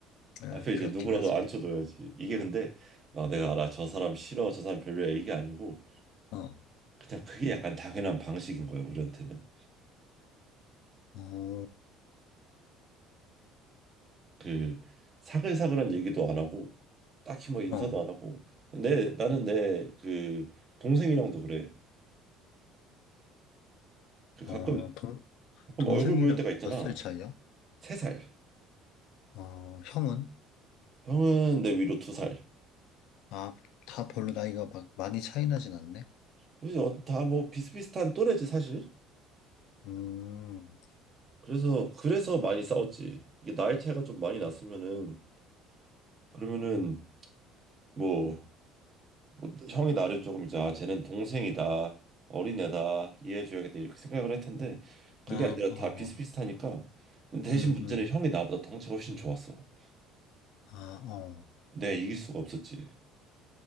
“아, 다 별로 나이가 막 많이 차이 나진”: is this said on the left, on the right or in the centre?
Left